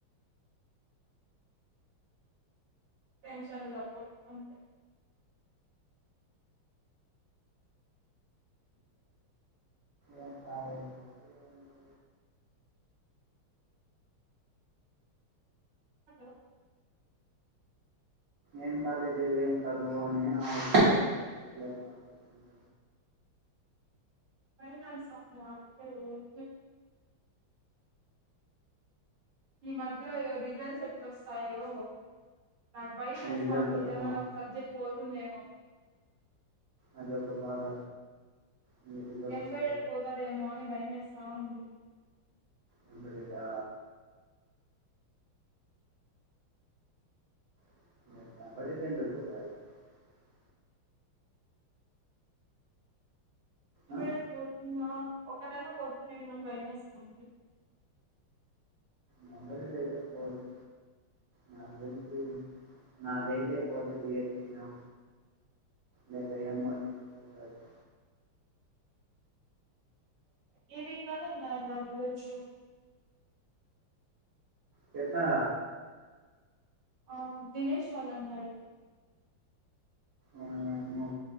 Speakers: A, on the right; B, on the right.
A: టెన్షన్లు తప్పవ్ అంతే
B: ఏం కాలేజీలో ఎందో
A: హలో
B: ఏంకాలేజో ఏంచదువో అని ఆలోచిస్తే అప్పుడప్పుడు పిచ్చి లేస్తాంటది ఇంక
A: భయమేస్తాంది ఆలోచిస్తే ఉకే ఈ మధ్యలోయో రిజల్ట్స్ ఎప్పుడోస్తాయో నాకు భయమేస్తావుంది
B: మీ రిజల్ట్ ఆ
A: నిజంగానే ఒక సబ్జెక్ట్ పోతుందేమో
B: అదొక బాధ మీ రిజల్ట్
A: యంబైఎడు పోతదేమో అని భయమేస్తా ఉంది
B: యంబ్రిడా <unintelligible> ఆ
A: లేదు ఇంగ ఒకటైనా పోతుందేమో అని భయమేస్తుంది
B: నంబరిడ్ అయితే పోదు నాకు తెలిసి నాదైతే పోతే డీఎస్సీనో లేదా ఏమోజినో పోతాది
A: ఈ వీక్లోనే కదా రా రిజల్ట్స్
B: చెప్పిన
A: ఆ దినేష్ వాళ్లు అన్నారు
B: వాయమ్మో